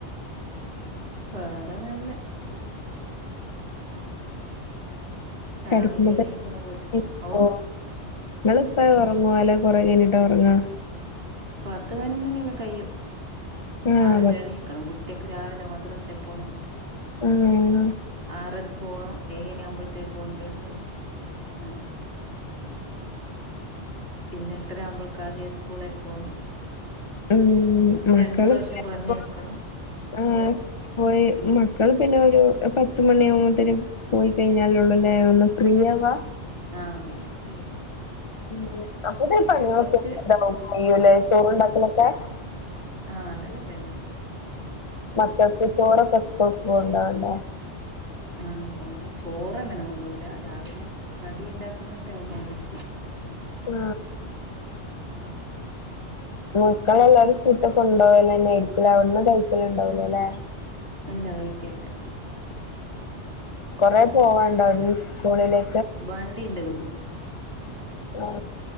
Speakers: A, on the right; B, on the left.
A: വേറെ നല്ല രാവിലെ
B: കടക്കുമ്പെ
A: എണീക്കണം വിളിച്ചന്നെ
B: ഇളപ്പ <unintelligible>
A: ഓ
B: ഇങ്ങള് പ്പെ ഒറ്ങ്ങ് ങ്ങ്വേല കൊറെ എഞ്ഞിട്ടാ ഒറങ്ങാ
A: പത്തു വാനെന്നന്നയല്ല കയും
B: ആഹ്
A: രാവിലെ എണീക്കണം കുട്ട്യയക്ക് രാവിലെ മദ്രസ് എപ്പോണൊം
B: ഉം
A: ആറരക്ക് പോണം ഏഴണി ആകുമ്പോഴത്തേക്ക് പോണ്ട്യ ഇണ്ട്‌ അങ്ങനെ പിന്നെ എട്ടര ആവുമ്പള്ക്ക് ആത് സ്കൂളേക്ക് പോണം
B: ഉം മക്കള്
A: രണ്ട് പ്രാവശ്യം
B: പിന്നെ <unintelligible> <unintelligible>
A: പറഞ്ഞയക്കണം
B: <unintelligible> ആ
A: ഓ
B: പോയി മക്കള് പിന്നെ ഒരു പത്തുമണി ആവുമ്പത്തിനും പോയി കഴിഞ്ഞ് പോയി കഴിഞ്ഞാലൊള്ളുല്ലേ ഒന്ന് ഫ്രീയാവാ
A: ആഹ് പിന്നെ ഫ്രീയാ
B: <unintelligible> അപ്പോത്ത്ന് പണിളൊക്കെ
A: കൊറച്ച്
B: <unintelligible> യ്യുലേ ചോറ്ണ്ടാക്കലൊക്കെ
A: ആ അതെല്ലാം വേഗായി
B: മക്കക്ക് ചോറൊക്കെ സ്കൂൾക്ക് കൊണ്ടുപോവാണ്ടാേ
A: ആ കൊണ്ടോ ചോറങ്ങനെ കൊണ്ടോവൂല രാവിലെ കടി ഇണ്ടാക്കുന്നന്താ അത് കൊണ്ടോം
B: ആ
A: ഉം
B: മക്കളെല്ലാവരും ഫുഡ് കൊണ്ടവല്ന്നേയ്രിക്കുംല്ലേ അവിട്ന്ന് കഴിക്കല്ണ്ടാവൂലലേ
A: ഇല്ല കഴിക്കല്ല
B: കുറേ പോവാണ്ടാേ അവ്ടുന്ന് സ്കൂളിലേ
A: ബണ്ടില്ലാ ഇവട്ന്ന്
B: ഓ